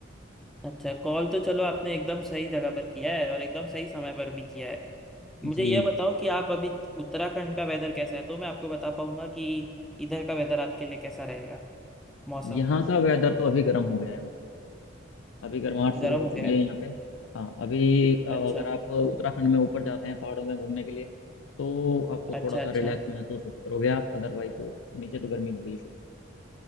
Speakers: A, in the centre; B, on the left.
A: अच्छा कॉल तो चलो आपने एकदम सही जगह पर किया है और एकदम सही समय पर भी किया है मुझे
B: जी
A: ये बताओ कि आप अभी उत्तराखंड का वेदर कैसा है तो मैं आपको बता पाऊंगा कि इधर का वेदर आपके लिए कैसा रहेगा मौसम
B: यहाँ का वेदर तो अभी गर्म हो गया है अभी गर्माहट शुरू
A: गर्म
B: हो
A: हो
B: चुकी
A: गया है
B: है यहाँ पे हाँ अभी अ, अगर
A: अच्छा
B: आप उत्तराखंड में ऊपर जाते हैं पहाड़ों में घूमने के लिए तो आपको
A: अच्छा
B: थोड़ा सा
A: अच्छा
B: रिलैक्स महसूस हो- करोगे आप अदरवाइज तो नीचे तो गर्मी हो गई है शुरू